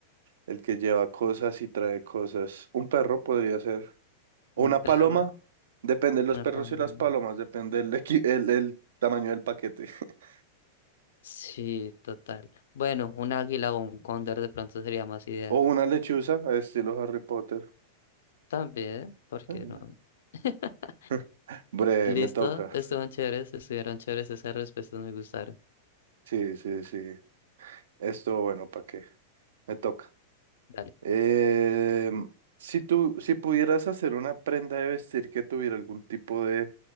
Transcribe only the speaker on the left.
un
perro,
una
paloma.
Sí, total. Bueno, un águila o un cóndor de pronto sería más ideal.
También, ¿por qué
no? <laughs>
Listo,
estuvieron chéveres, estuvieron chéveres, esas respuestas me gustaron.
Dale.